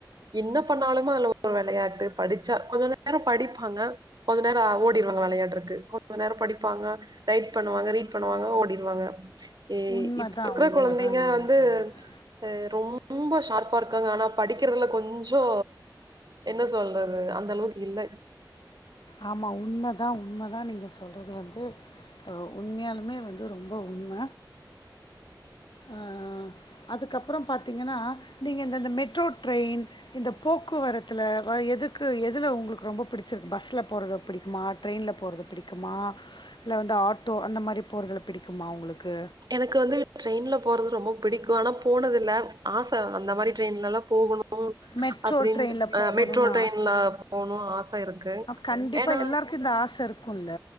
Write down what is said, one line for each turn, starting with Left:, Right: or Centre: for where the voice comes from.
Right: என்ன பண்ணாலுமே அதுல ஒரு வெளையாட்டு படிச்சா கொஞ்ச நேரோ படிப்பாங்க கொஞ்ச நேரோ ஓடிருவாங்க வெளையாட்றக்கு கொஞ்ச நேரோ படிப்பாங்க ரைட் பண்ணுவாங்க ரீட் பண்ணுவாங்க ஓடிருவாங்க ஏய்
Left: உண்மதான்,
Right: இப்ப இருக்கற
Left: உண்மதான்
Right: கொழந்தைங்க
Left: நீங்க
Right: வந்து
Left: சொன்னது.
Right: ஆ ரொம்ப ஷார்ப் இப்ப இருக்காங்க ஆனா படிக்கறதுல கொஞ்சோ என்ன சொல்றது அந்தளவுக்கு இல்ல
Left: ஆமா உண்ம தா உண்ம தா நீங்க சொல்றது வந்து ஓ உண்மையாலுமே வந்து ரொம்ப உண்ம ஆ அதுக்கப்பறம் பாத்தீங்கன்னா நீங்க இந்த இந்த மெட்ரோ ட்ரெயின் இந்த போக்குவரத்துல அ எதுக்கு எதுல உங்ளுக் ரொம்ப பிடிச்சிருக்கு பஸ்ல போறது பிடிக்குமா ட்ரெய்ன்ல போறது பிடிக்குமா இல்ல வந்து ஆட்டோ அந்த மாரி போறதுல பிடிக்குமா உங்களுக்கு
Right: எனக்கு வந்து ட்ரெய்ன்ல போறது ரொம்ப பிடிக்கு ஆனா போனதில்ல ஆச அந்த மாரி ட்ரெய்ன்லல்லா போக ணு
Left: மெட்ரோ
Right: அப்டின்ட்டு
Left: ட்ரெயினில் போகணும்னு
Right: மெட்ரோ ட்ரெய்ன்ல போணுன் ஆச இருக்கு
Left: கண்டிப்பா
Right: ஏன்னா
Left: எல்லார்க்கு இந்த ஆச இருக்குல்ல